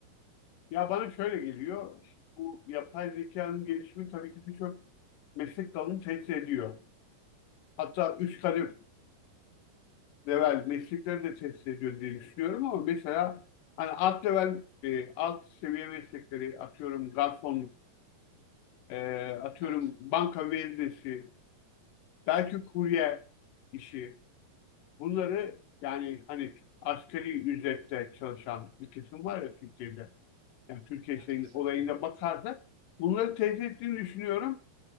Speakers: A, on the left; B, on the right.
A: Ya bana şöyle geliyor. Bu yapay zekanın gelişimi tabii ki birçok meslek dalını tehdit ediyor. Hatta üst kademe, level meslekleri de test ediyor diye düşünüyorum ama mesela hani alt level e, alt seviye meslekleri atıyorum garson e, atıyorum
B: Evet.
A: banka veznesi belki kurye işi bunları yani hani asgari ücretle çalışan bir kesim var ya Türkiye'de. Yani Türkiye
B: Evet
A: şeyin
B: kesinlikle.
A: olayına bakarsak bunları teyit ettiğini düşünüyorum